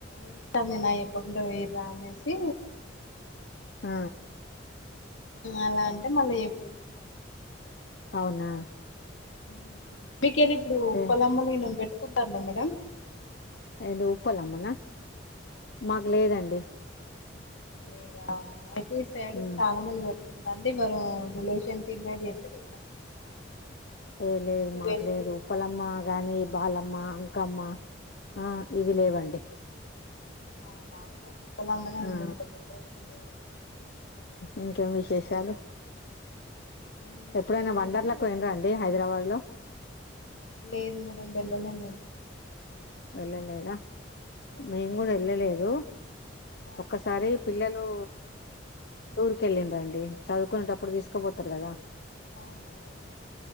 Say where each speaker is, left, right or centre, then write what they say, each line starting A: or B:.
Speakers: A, on the left; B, on the left.
A: ఎంది స్పందనా చెప్పకుండా పోయ్రా అనేసి
B: ఆ
A: అలా అంటే మళ్ళా చెప్పేసిన
B: అవునా
A: హమ్ మీకెళ్ళి ఇప్పుడు
B: ఏ
A: పొలం పనులు కెళ్ళే వాళ్ళు బెట్ కుంటామ మేడం
B: అయిందో ఉప్పలమ్మనా మాకు లేదండి
A: మీకు లేదా అయితే ఈటు సైడ్
B: ఉమ్
A: చాలా మంది పె తండ్రీ బరం రిలేషన్స్ షిప్ ఏర్పాటు చేస్త పోయినాం
B: ఏం లేదు మాకు
A: ట్వెల్వ్
B: లేదు
A: కేమో
B: ఉప్పలమ్మ గాని బాలమ్మ అంకామ్మా ఆ ఇవి లేవండి
A: ఆమ్మ కూడా <unintelligible> <unintelligible> అమ్
B: ఆ ఇంకేం విశేషాలు
A: ఏముంది
B: ఎప్పుడైనా
A: మేడం బొడ్రాయి
B: వండర్లకు పోయినరాండి హైదరాబాద్ లో
A: లేదు మేడం వెళ్ళలే మేడం
B: వెళ్ళలేదా
A: లేదు
B: మేము
A: లేదు
B: కూడా వెళ్ళలేదు
A: ఆ
B: ఒక్కసారి పిల్లలు టూర్ కి వెళ్ళింది అండి చదువుకునేటప్పుడు తీసుకుపోతారు కదా
A: అవునవును